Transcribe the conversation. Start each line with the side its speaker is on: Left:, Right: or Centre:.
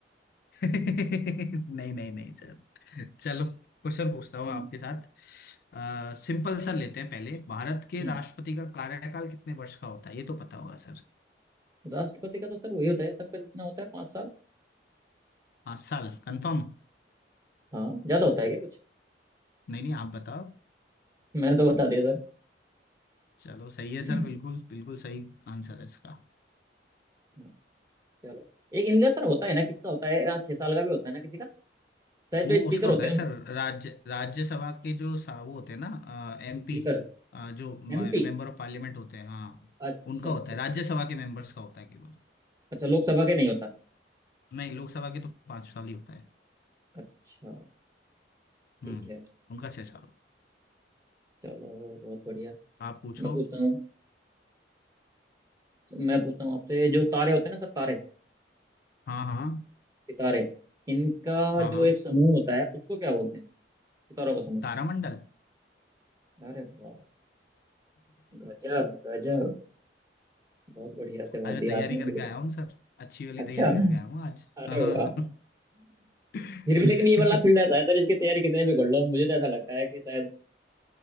Left: <laughs> नहीं नहीं नहीं चलो क्वेश्चन पूछता हूँ
Right: हम्म
Left: आपके साथ आ, सिंपल सा लेते हैं पहले भारत के
Right: हम्म।
Left: राष्ट्रपति का कार्यकाल कितने वर्ष का होता है ये तो पता होगा सर
Right: राष्ट्रपति का तो सर वही होता है सबका जितना होता है पाँच साल
Left: पाँच साल कंफर्म
Right: हाँ ज्यादा होता है क्या कुछ
Left: नहीं नहीं आप बताओ
Right: मैं तो
Left: <laughs>
Right: बता दिया
Left: चलो सही है
Right: सर
Left: सर बिल्कुल बिल्कुल सही आंसर है इसका
Right: <clears throat> चलो एक इनका सर होता है ना किसका होता है यहाँ छह साल का भी होता है ना किसी का शायद
Left: वो
Right: जो स्पीकर
Left: उसका होता
Right: होते
Left: है
Right: हैं
Left: सर राज्य राज्यसभा के जो सा- वो होते हैं ना एमपी
Right: स्पीकर
Left: जो
Right: एमपी
Left: मेंबर ऑफ पार्लियामेंट होते हैं हाँ
Right: अच्छा
Left: उनका
Right: अच्छा
Left: होता है
Right: अच्छा
Left: राज्यसभा के मेंबर्स का होता है केवल
Right: अच्छा लोकसभा के नहीं होता
Left: नहीं लोकसभा के तो पाँच साल ही होता है
Right: अच्छा ठीक
Left: हम्म
Right: है
Left: उनका छह साल हो।
Right: चलो बहुत बढ़िया
Left: आप पूछो
Right: मैं पूछता हूँ मैं पूछता हूँ आपसे जो तारे होते हैं ना सर तारे
Left: हाँ हाँ
Right: सितारे इनका
Left: हाँ हाँ
Right: जो एक समूह होता है उसको क्या बोलते हैं सितारों का समूह
Left: तारामंडल <laughs>
Right: अरे वाह गजब गजब बहुत बढ़िया जवाब
Left: आज मैं
Right: दिया
Left: तैयारी
Right: आपने
Left: करके
Right: बिल्कुल
Left: आया हूँ सर अच्छी वाली
Right: अच्छा
Left: तैयारी करके आया हूँ आज
Right: अरे
Left: हाँ
Right: वाह
Left: <laughs>
Right: फिर भी लेकिन ये वाला फील्ड ऐसा है सर इसकी तैयारी कितने भी कर लो मुझे तो ऐसा लगता है कि शायद